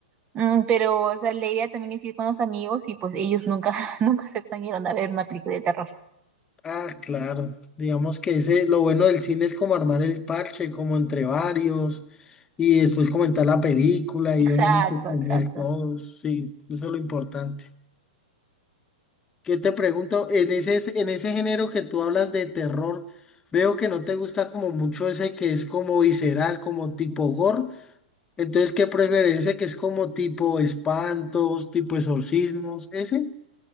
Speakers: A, on the right; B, on the left.
A: Mm, pero, o sea, la idea también es ir con los amigos y pues ellos nunca, <laughs> nunca aceptan ir a ver una película de terror.
B: Ah, claro. Digamos que ese, lo bueno del cine es como armar el parche, como entre varios, y después comentar la película
A: Exacto,
B: y obviamente comer
A: exacto.
B: todos. Sí, eso es lo importante. ¿Qué te pregunto? En ese, en ese género que tú hablas de terror, veo que no te gusta como mucho ese que es como visceral, como tipo gore. Entonces, ¿qué prefieres? ¿Ese que es como tipo espantos, tipo exorcismos? ¿Ese?